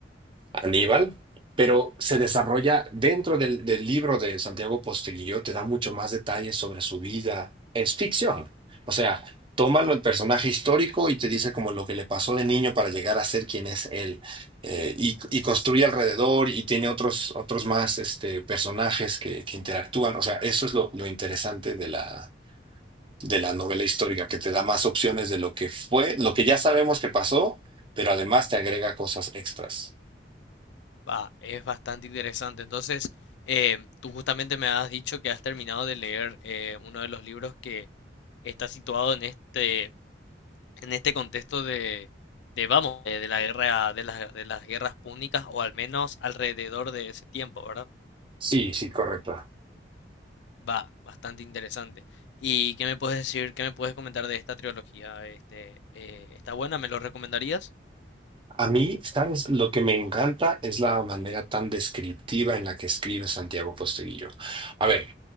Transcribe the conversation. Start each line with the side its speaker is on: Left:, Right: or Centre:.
Right: Aníbal, pero se desarrolla dentro del, del libro de Santiago Posteguillo, te da mucho más detalles sobre su vida. Es ficción. O sea, tómalo el personaje histórico y te dice como lo que le pasó de niño para llegar a ser quien es él. Eh, y, y construye alrededor y tiene otros, otros más este, personajes que, que interactúan. O sea, eso es lo, lo interesante de la, de la novela histórica, que te da más opciones de lo que fue, lo que ya sabemos que pasó, pero además te agrega cosas extras.
Left: va, es bastante interesante. Entonces, eh, tú justamente me has dicho que has terminado de leer eh, uno de los libros que está situado en este, en este contexto de, de vamos, de, de la guerra, de las, de las guerras púnicas, o al menos alrededor de ese tiempo, ¿verdad?
Right: Sí, sí, correcto.
Left: Va, bastante interesante. ¿Y qué me puedes decir, qué me puedes comentar de esta trilogía? Este, eh, ¿está buena? ¿Me lo recomendarías?
Right: A mí, ¿sabes? Lo que me encanta es la manera tan descriptiva en la que escribe Santiago Posteguillo. A ver,